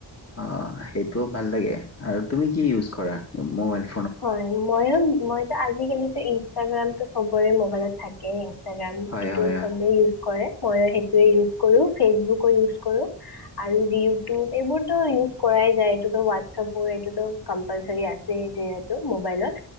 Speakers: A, on the left (about 35°); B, on the left (about 55°).
A: অঁ সেইটো ভাল লাগে, আৰু তুমি কি উইজ কৰা মোবালতো?
B: হয় ময়ো মইতো আজিকালিটো ইনট্ৰা ইনষ্টাগ্ৰামতো সবৰে মোবাইলত থাকেই ইনষ্টাগ্ৰাম
A: হয়
B: এইটো
A: হয়
B: চবে ইউজ কৰে। মই সেইটোৱে ইউজ কৰো ফেচবুকো ইউজ কৰো। আৰু ইউটিউব এইবোৰ। ইউজ কৰাই যায় এইটোতো হোৱাটছপ বোৰ এইটোতো কম্পালচাৰী আছেই যে মবাইলত